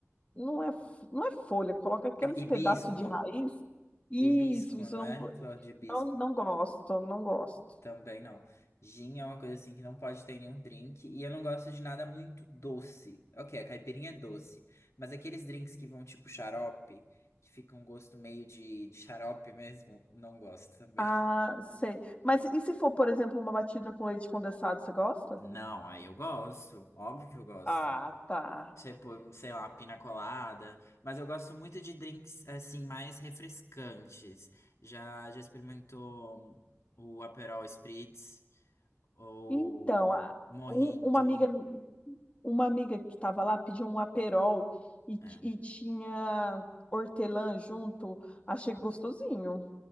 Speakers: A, on the left; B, on the left.
A: não é, f- não é folha, coloca aqueles
B: Hibisco,
A: pedaços de raiz. Isso,
B: hibisco,
A: isso
B: não
A: eu não,
B: é?
A: go-
B: Flor de hibisco,
A: não, não gosto, não gosto.
B: também não. Gin é uma coisa assim que não pode ter em nenhum drink, e eu não gosto de nada muito doce. Ok, a caipirinha é doce, mas aqueles drinks que vão tipo xarope, que fica um gosto meio de, de xarope mesmo, não gosto também.
A: Ah, sei. Mas e se for, por exemplo, uma batida com leite condensado, você gosta?
B: Não, aí eu gosto, óbvio que eu gosto.
A: Ah, tá.
B: Tipo, sei lá, pina colada. Mas eu gosto muito de drinks, assim, mais refrescantes. Já, já experimentou o Aperol Spritz ou
A: Então, a-
B: Mojito?
A: um- uma amiga, uma amiga que estava lá pediu um aperol e, ti-
B: É.
A: e tinha hortelã junto. Achei gostosinho.